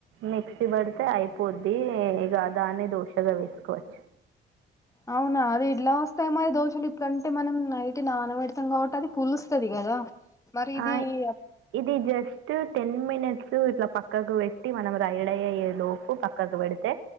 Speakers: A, on the right; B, on the left.
A: మిక్సీ పడితే అయిపోద్ది ఇక దాన్ని దోశగా వేసుకోవచ్చు
B: అవునా అది ఇట్లా వస్తాయి మరి దోషలు ఇప్పుడంటే మనం నైట్ నానబెడతాం కాబట్టి అది పులుస్తుంది కదా మరి ఇది
A: ఆ
B: యా
A: ఇది జస్ట్ టెన్ మినిట్స్ ఇట్లా పక్కకు పెట్టి మనం రైడయ్యే లోపు పక్క పక్క పెడితే